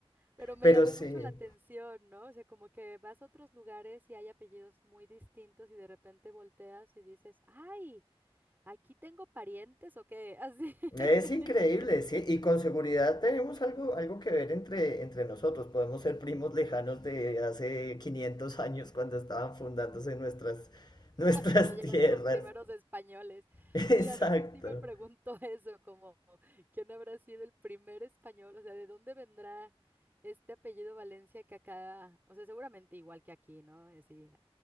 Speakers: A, on the right; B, on the left.
A: Pero me
B: pero
A: llamó
B: sí.
A: mucho la atención, ¿no? O sea, como que vas a otros lugares y hay apellidos muy distintos y de repente volteas y dices, ¡ay! Aquí tengo parientes o qué, así, <laughs>
B: Es increíble, sí, y con seguridad tenemos algo, algo que ver entre, entre nosotros. Podemos ser primos lejanos de hace 500 años cuando estaban fundándose nuestras, nuestras
A: cuando llegaron
B: <laughs> tierras.
A: los primeros españoles.
B: Exacto.
A: Sí, a veces sí me pregunto <laughs> eso, como, ¿quién habrá sido el primer español? O sea, ¿de dónde vendrá este apellido Valencia que acá, o sea, seguramente igual que aquí, ¿no? Y Sí,